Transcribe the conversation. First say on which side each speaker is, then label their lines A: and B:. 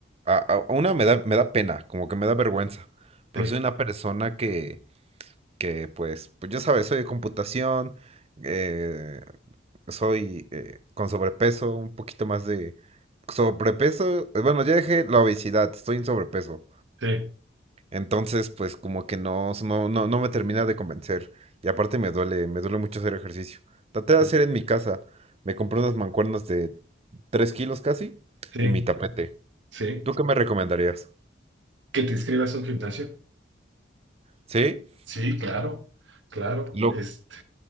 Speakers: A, on the right; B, on the right.
A: a, a- a una me da, me da pena, como que me da vergüenza, porque
B: Sí,
A: soy una persona que, que pues, pues ya sabes, soy de computación, eh, soy eh, con sobrepeso, un poquito más de sobrepeso, eh, bueno, ya dejé la obesidad, estoy en sobrepeso.
B: sí,
A: Entonces, pues como que no, no, no, no me termina de convencer. Y aparte me duele, me duele mucho hacer ejercicio. Traté de
B: sí,
A: hacer en mi casa. Me compré unas mancuernas de 3 kilos casi
B: sí,
A: y mi tapete.
B: sí.
A: ¿Tú qué me recomendarías?
B: ¿Que te inscribas a un gimnasio?
A: ¿Sí?
B: Sí, claro, claro,
A: Lo...
B: este.